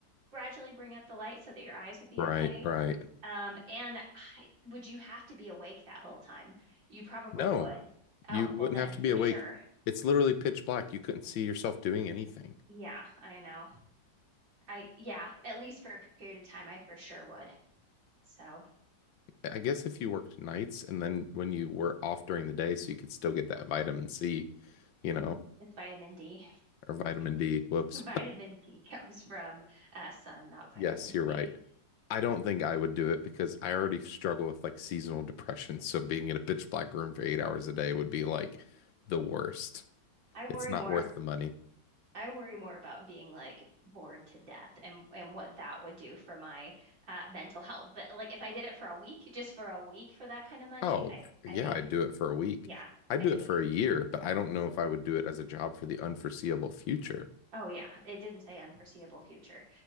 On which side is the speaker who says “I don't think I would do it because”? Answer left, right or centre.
Left